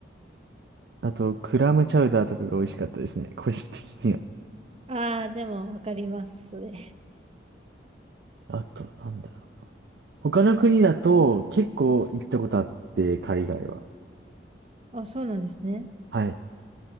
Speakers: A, on the right (about 60°); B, on the right (about 35°).
A: あと、クラムチャウダーとかが美味しかったですね、個人的には。
B: ああ、でも、わかります、それ。
A: あと、なんだろう。他の国だと結構行ったことあって、海外は。
B: あ、そうなんですね。
A: はい。